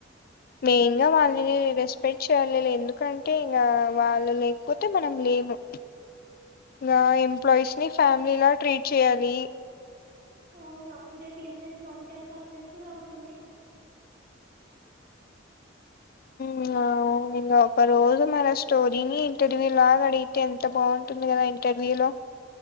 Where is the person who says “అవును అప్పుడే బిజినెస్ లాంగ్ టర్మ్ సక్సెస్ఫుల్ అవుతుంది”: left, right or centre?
Right